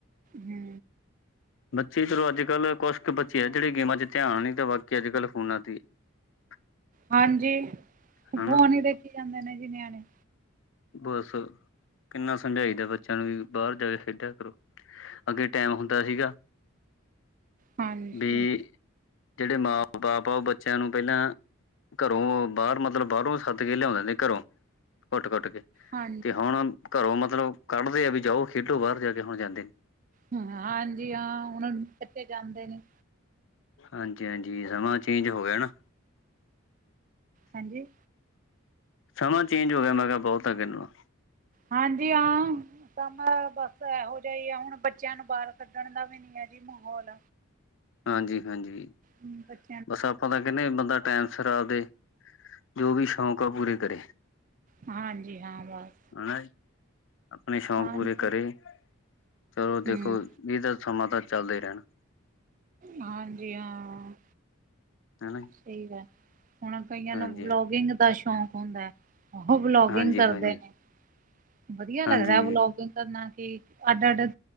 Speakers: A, on the right; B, on the left.
A: ਹੂੰ।
B: ਬੱਚੇ ਚਲੋ ਅੱਜ-ਕੱਲ ਕੁਛ ਕ ਬੱਚੇ ਆ ਜੇੜੇ ਗੇਮਾਂ 'ਚ ਧਿਆਨ ਨੀ ਤਾਂ ਬਾਕੀ ਅੱਜ-ਕੱਲ ਫੋਨਾਂ ਤੇ <inaudible>
A: ਹਾਂਜੀ,
B: ਹਨਾ
A: ਫੋਨ ਈ ਦੇਖੀ ਜਾਂਦੇ ਨੇ ਜੀ ਨਿਆਣੇ।
B: ਬਸ, ਕਿੰਨਾ ਸਮਝਾਈਦਾ ਬੱਚਿਆਂ ਨੂੰ ਵੀ ਬਾਰ ਜਾ ਕੇ ਖੇਡਿਆ ਕਰੋ। ਅੱਗੇ ਟਾਈਮ ਹੁੰਦਾ ਸੀਗਾ
A: ਹਾਂਜੀ।
B: ਵੀ ਜੇੜੇ ਮਾਂ ਬਾਪ ਬੱਚਿਆਂ ਨੂੰ ਪੈਲਾਂ ਘਰੋਂ ਬਾਰ ਮਤਲਬ ਬਾਰੋਂ ਸੱਦ ਕੇ ਲਿਆਉਂਦੇ ਦੀ ਘਰੋਂ। ਕੁੱਟ-ਕੁੱਟ ਕੇ।
A: ਹਾਂਜੀ,
B: ਤੇ ਹੁਣ ਘਰੋਂ ਮਤਲਬ ਕੱਢਦੇ ਆ ਵੀ ਜਾਓ, ਖੇਡੋ ਬਾਹਰ ਜਾ ਕੇ ਹੁਣ ਜਾਂਦੇ ਨੀ।
A: ਹਾਂਜੀ, ਹਾਂ ਹੁਣ ਬੱਚੇ ਜਾਂਦੇ ਨੀ।
B: ਹਾਂਜੀ- ਹਾਂਜੀ, ਸਮਾਂ ਚੇਂਜ ਹੋ ਗਿਆ ਨਾ।
A: ਹਾਜੀ।
B: ਸਮਾਂ ਚੇਂਜ ਹੋ ਗਿਆ ਮੈਂ ਕਿਹਾ ਬਹੁਤ ਅੱਗੇ ਨਾਲੋ।
A: ਹਾਂਜੀ ਹਾਂ ਸਮਾ ਬਸ ਐਹੋ ਜਾ ਈ ਆ, ਹੁਣ ਬੱਚਿਆਂ ਨੂੰ ਬਾਹਰ ਛੱਡਣ ਦਾ ਵੀ ਨੀ ਹੈ ਜੀ ਮਾਹੌਲ਼।
B: ਹਾਂਜੀ- ਹਾਂਜੀ।
A: ਹੂੰ ਬੱਚ
B: ਬਸ ਆਪਾਂ ਤਾਂ ਕਹਿਣੇ ਆ ਬੰਦਾ ਟੈਮ ਸਿਰ ਆਪਦੇ, ਜੋ ਵੀ ਸ਼ੌਂਕ ਆ ਪੂਰੇ ਕਰੇ।
A: ਹਾਂਜੀ, ਹਾਂ ਬਸ
B: ਹਨਾ ਜੀ, ਆਪਣੇ ਸ਼ੌਕ
A: ਹਾਂਜੀ।
B: ਪੂਰੇ ਕਰੇ‌ ਚਲੋ ਦੇਖੋ
A: ਹੂੰ,
B: ਏਦਾਂ ਸਮਾਂ ਤਾਂ ਚੱਲਦਾ ਈ ਰਹਿਣਾ।
A: ਹਾਂਜੀ, ਹਾਂ।
B: ਹਨਾ ਜੀ।
A: ਸਹੀ ਗੱਲ, ਹੁਣ ਕਈਆਂ
B: ਹਾਂਜੀ
A: ਨੂੰ ਵਲੋਗਿੰਗ ਦਾ ਸ਼ੌਂਕ ਹੁੰਦਾ ਐ। ਉਹੋ ਵਲੋਗਿੰਗ
B: ਹਾਂਜੀ
A: ਕਰਦੇ
B: ਹਾਂਜੀ
A: ਨੇ, ਵਧੀਆ ਲੱਗਦਾ
B: ਹਾਂਜੀ
A: ਵਲੋਗਿੰਗ ਕਰਨਾ ਕਿ ਅੱਡ-ਅੱਡ